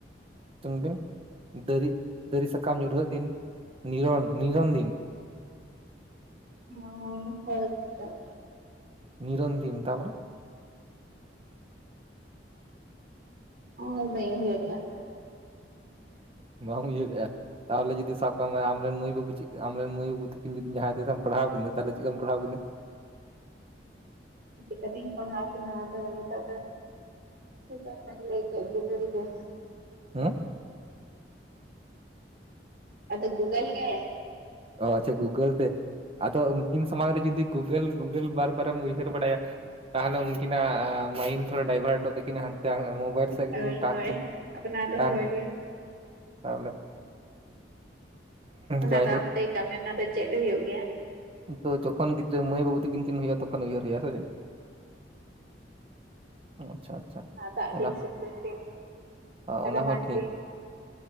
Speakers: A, on the right (about 35°); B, on the right (about 55°).
A: ᱥᱤᱩᱛᱩᱝ ᱫᱤᱱ ᱫᱟᱹᱨᱤ ᱫᱟᱹᱨᱤ ᱥᱟᱠᱟᱢ ᱧᱩᱨᱦᱟᱹᱜ ᱫᱤᱱ ᱱᱤᱨᱚᱱ ᱱᱤᱨᱚᱱ ᱫᱤᱱ
B: ᱢᱚᱱᱮ ᱦᱳᱭ ᱦᱳᱭ ᱪᱮᱛᱟ
A: ᱱᱤᱨᱚᱱ ᱫᱤᱱ ᱛᱟᱯᱚᱨᱮ
B: ᱚᱭ ᱵᱟᱹᱧ ᱩᱭᱦᱟᱨᱮᱜᱼᱟ
A: ᱵᱟᱢ ᱩᱭᱦᱟᱹᱨᱮᱫᱼᱟ ᱛᱟᱦᱚᱞᱮ ᱡᱫᱤ ᱥᱟᱵ ᱠᱟᱜ ᱢᱮ ᱟᱢ ᱨᱮᱱ ᱢᱟᱹᱭ ᱵᱟᱹᱵᱩ ᱪᱤᱠ ᱟᱢ ᱨᱮᱱ ᱢᱟᱹᱭ ᱵᱟᱹᱵᱩ ᱛᱤᱠᱤᱱ ᱡᱩᱫᱤ ᱡᱟᱦᱟᱸ ᱛᱤᱥᱮᱢ ᱯᱟᱲᱦᱟᱣ ᱠᱤᱱᱟ ᱛᱟᱦᱚᱞᱮ ᱪᱮᱫ ᱞᱮᱠᱟᱢ ᱯᱟᱲᱦᱟᱣ ᱠᱤᱱᱟ,
B: ᱪᱤᱠᱟᱹᱛᱤᱧ ᱯᱟᱲᱦᱟᱣ ᱠᱤᱱᱟ ᱟᱫᱚ ᱱᱤᱛᱚᱜ ᱫᱚ ᱟᱱᱮ ᱞᱟᱹᱭ ᱠᱮᱫ ᱜᱩᱜᱩᱞ ᱜᱮ
A: ᱦᱮᱸ
B: ᱟᱫᱚ ᱜᱳᱜᱚᱞ ᱜᱮᱼ
A: ᱚ ᱟᱪᱪᱷᱟ ᱜᱩᱜᱳᱞ ᱛᱮ ᱟᱫᱚ ᱩᱱᱠᱤᱱ ᱥᱟᱢᱟᱝ ᱨᱮ ᱡᱩᱫᱤ ᱜᱩᱜᱳᱞ ᱜᱩᱜᱳᱞ ᱵᱟᱨ ᱵᱟᱨ ᱮᱢ ᱩᱭᱦᱟᱹᱨ ᱵᱟᱲᱟᱭᱟᱼᱼ ᱛᱟᱦᱚᱞᱮ ᱩᱱᱠᱤᱱᱟᱜ ᱢᱟᱭᱤᱱᱰ ᱛᱷᱚᱲᱟ ᱰᱟᱭᱵᱷᱟᱨᱴᱚᱜ ᱛᱟᱹᱠᱤᱱᱟ ᱦᱟᱱᱛᱮ ᱢᱳᱵᱟᱭᱤᱞ ᱥᱮᱫ
B: ᱦᱳᱭ
A: ᱜᱮᱠᱤᱱ ᱴᱟᱱ
B: ᱦᱳᱭ
A: ᱠᱤᱱ
B: ᱚᱱᱟ ᱫᱚ
A: ᱴᱟᱱ
B: ᱦᱳᱭ ᱜᱮ
A: ᱛᱟᱦᱚᱞᱮ
B: ᱚᱱᱟ
A: ᱡᱟᱭᱦᱳᱠ
B: ᱫᱚ <unintelligible> ᱟᱢ ᱞᱟᱹᱭ ᱠᱟᱜ ᱢᱮ ᱚᱱᱟ ᱫᱚ ᱪᱮᱫ ᱦᱩᱭᱩᱜ ᱜᱮᱭᱟ
A: ᱛᱚ ᱡᱚᱠᱷᱚᱱ ᱜᱤᱫᱽᱨᱟᱹ ᱢᱟᱹᱭ ᱵᱟᱹᱵᱩ ᱛᱟᱠᱤᱱ ᱦᱩᱭᱩᱜᱟ ᱛᱚᱠᱷ ᱩᱭᱦᱟᱹᱨ ᱦᱩᱭᱩᱜ ᱟᱭᱟ ᱥᱮ ᱟᱪᱪᱷᱟ ᱟᱪᱪᱷᱟ
B: ᱫᱟᱜ ᱫᱤᱱ
A: ᱚᱱᱟ
B: ᱥᱤᱛᱩᱤᱱ ᱫᱤᱱ
A: ᱚᱱᱟ
B: ᱨᱟᱵᱟᱱ
A: ᱦᱚᱸ ᱴᱷᱤᱠ
B: ᱫᱤᱱ